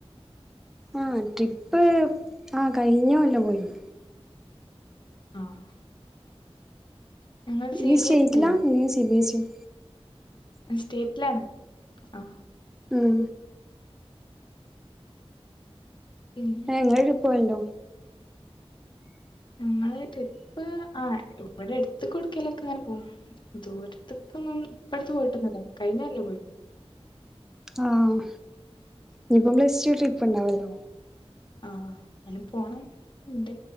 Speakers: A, in the centre; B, on the left.
A: ആ ട്രിപ്പ്, ആ കഴിഞ്ഞ കൊല്ലം പോയിനി
B: ആഹ് ഞങ്ങളത്
A: നീ
B: സി ബി
A: സ്റ്റേറ്റിലാ
B: എസ് അല്ല
A: അല്ലെങ്കിൽ സി. ബി. എസ് ഇ ഓ
B: സ്റ്റേറ്റിലാണ് ആഹ്
A: ഉം
B: പിന്നെ
A: ഏ നിങ്ങള് ട്രിപ്പ് പോവലുണ്ടോ?
B: ഞങ്ങള് ട്രിപ്പ്, ആ ഇവിടെ അടുത്ത് ടുക്കാലൊക്കെ അങ്ങനെ പോകും. ദൂരത്ത് ഇപ്പൊന്നും അടുത്ത് പോയിട്ടില്ല. കഴിഞ്ഞ കൊല്ലം പോയിനു.
A: ആഹ് ഇനിപ്പോ പ്ലസ്ടു ട്രിപ്പ് ഉണ്ടാവല്ലോ.
B: ആഹ് അയിന് പോണം ഉണ്ട്.